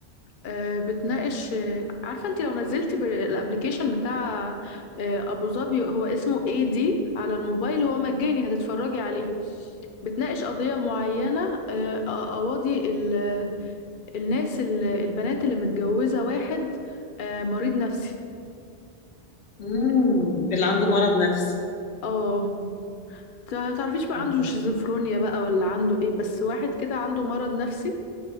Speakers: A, on the left; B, on the left.
A: آه بتناقش آه عارفة انت لو نزلتي بالابليكيشن بتاع آه أبو ظبي هو اسمه اي دي على الموبايل هو مجاني هتتفرجي عليه بتناقش قضية معينة آه، قواضي ال- الناس ال- البنات اللي متجوزة واحد آه، مريض نفسي
B: امم اللي عنده مرض نفسي
A: اه تع- تعرفيش بقى
B: مم.
A: عنده شيزوفرونيا بقى ولا عنده ايه بس واحد كده عنده مرض نفسي